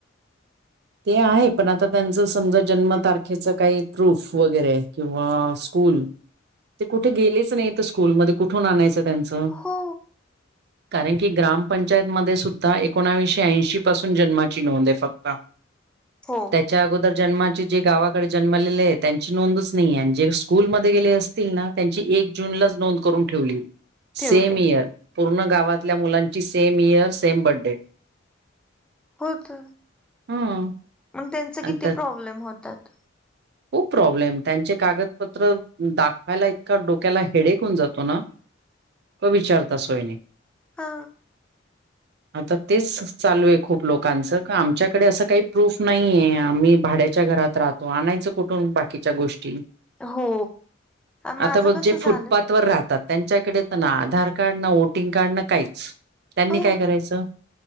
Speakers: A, on the right; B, in the centre.
A: ते आहे पण आता त्यांचं समजा जन्मतारखेचं काही प्रूफ वगैरे किंवा स्कूल ते कुठे गेलेच नाही तर स्कूलमध्ये कुठून आणायचं त्यांचं
B: हो
A: कारण की ग्रामपंचायत मध्ये सुद्धा एकोणाविशे ऐंशी पासून जन्माची नोंद आहे फक्त
B: हो
A: त्याच्या अगोदर जन्माचे जे गावाकडे जन्मलेले आहे त्यांची नोंदच नाही आणि जे स्कूलमध्ये गेले असते ना त्यांची एक जूनलाच नोंद करून ठेवली
B: ठेवले
A: सेम इयर पूर्ण गावातल्या मुलांची सेम इयर सेम बडे
B: होत
A: हम्म.
B: मग त्यांच
A: आणि
B: किती
A: तर
B: प्रॉब्लेम होतात
A: खूप प्रॉब्लेम त्यांचे कागदपत्र दाखवायला इतका डोक्याला हेडेक होऊन जातो ना क विचारतासोयनी
B: हा
A: आता तेच चालू आहे खूप लोकांचं का आमच्याकडे असं काही प्रूफ नाही आहे आम्ही भाड्याच्या घरात राहतो आणायच कुठून बाकीच्या गोष्टी
B: हो माझं
A: आता बघ
B: कसं
A: जे
B: झालं
A: फुटपाथ वर राहतात त्यांच्याकडे तर ना आधार कार्ड ना व्होटिंग कार्ड ना काहीच त्यांनी
B: हो
A: काय करायचं